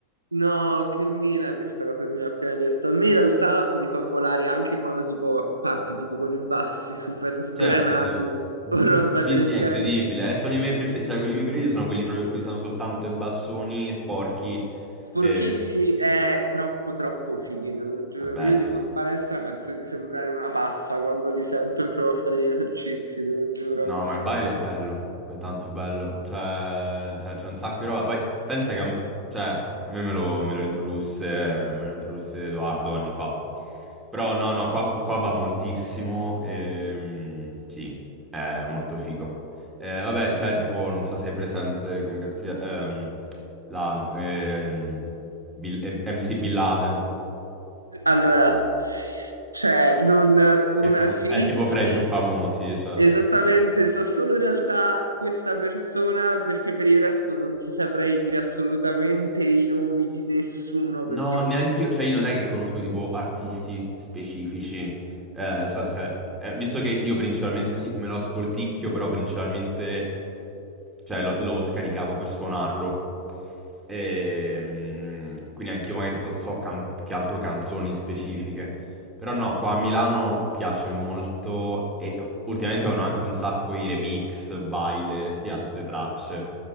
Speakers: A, on the right; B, in the centre.
A: No, che mina questa cosa che mi hai appena detto. A me in realtà mi fa volare anche quando tipo parte tipo con i bassi super sgranati
B: Certo, sì.
A: o roba
B: Sì,
A: del
B: sì,
A: genere.
B: è incredibile. eh, Sono i miei preferiti, cioè quelli miei preferiti sono quelli proprio in cui stanno soltanto i bassoni sporchi.
A: Sporchissimi
B: E...
A: è troppo troppo fighi, te lo giuro.
B: È bello,
A: Io tipo
B: sì.
A: in palestra penso di sembrare una pazza quando li sento e provo a fare gli esercizi, te lo giuro.
B: No, ma il baile è bello, è tanto bello, cioè, cioè, c'è un sacco di roba, poi pensa che, a m- cioè, a me me lo, me lo introdusse, me lo introdusse Edoardo anni fa, però no, no, qua, qua va moltissimo, e, sì, è molto figo. Eh, vabbè, cioè, tipo, non so se hai presente, come cazzia, ehm, la, ehm, Bill- eh, MC Bin Laden,
A: Allora, s- cioè, non una
B: che è tipo,
A: sì,
B: è tipo
A: sì,
B: fra i più famosi, cioè.
A: Esattamente, so solo in realtà questa persona perché per il resto non ti saprei dire assolutamente i nomi di nessuno
B: No,
A: perché
B: neanche
A: comunque
B: io, cioè io non è che conosco tipo artisti specifici, eh, cioè, cioè, eh, visto che io principalmente sì, me lo ascolticchio, però principalmente cioè, lo, lo scaricavo per suonarlo. Ehm, quindi anch'io magari so, so can- più che altro canzoni specifiche. Però no, qua a Milano piace molto e ultimamente vanno anche un sacco i remix, baile di altre tracce.